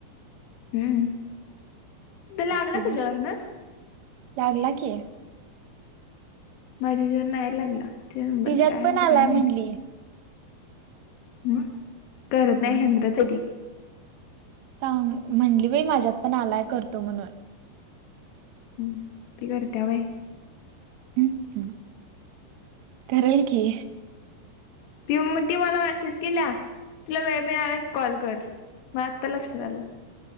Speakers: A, on the left (about 65°); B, on the right (about 65°).
A: हम्म, त लागला
B: ते
A: तुझ्यावरन.
B: दिवशी लागला की.
A: माझ्या जेन नाही लागला, तुझ्या नंबरच
B: तिच्यात
A: काय
B: पण
A: होत
B: आलाय
A: काय
B: म्हणली.
A: नाहीती. ह करत नाही
B: हम्म
A: हेंद्राच ती.
B: सांग म्हणली बाई माझ्यात पण आलाय करतो म्हणून
A: हम्म ते करते बाय
B: हम्म हम्म कराल की.
A: त ती मला मेसेज केल्या, तुला वेळ मिळाला की कॉल कर. म आता लकक्षात आल.